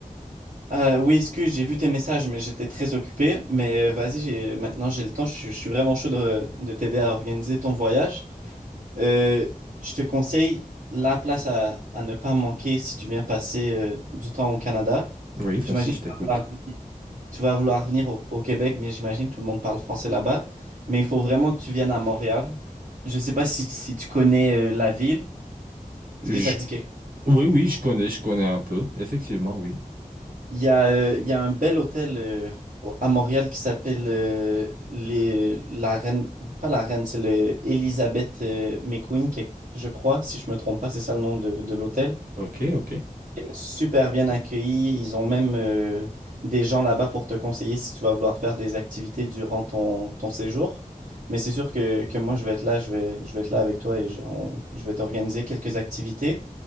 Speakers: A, on the right; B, on the right.
A: Euh, oui, excuse, j'ai vu tes messages, mais j'étais très occupé. Mais euh, vas-y, j'ai- maintenant j'ai le temps. Je, suis je suis vraiment chaud de, de t'aider à organiser ton voyage. Euh, je te conseille la place à, à ne pas manquer si tu viens passer euh, du temps au Canada.
B: Oui, vas-y,
A: J'imagine
B: je
A: que tu
B: t'écoute.
A: vas vouloir venir, tu vas vouloir venir au, au Québec, mais j'imagine que tout le monde parle français là-bas. Mais il faut vraiment que tu viennes à Montréal. Je ne sais pas si, si tu connais euh, la ville. Est-ce
B: Je-
A: que ça te dit quelque
B: Oui, oui, je connais, je connais un peu. Effectivement, oui.
A: Il y a, euh, il y a un bel hôtel euh, au- à Montréal qui s'appelle euh, les, la Reine, pas la Reine, c'est le Elizabeth euh, McQueen, que- je crois, si je me trompe pas, c'est ça le nom de, de l'hôtel.
B: Ok, ok.
A: Et Super bien accueilli, ils ont même euh, des gens là-bas pour te conseiller si tu vas vouloir faire des activités durant ton, ton séjour. Mais c'est sûr que, que moi je vais être là, je vais, je vais être là avec toi et je, on- je vais t'organiser quelques activités.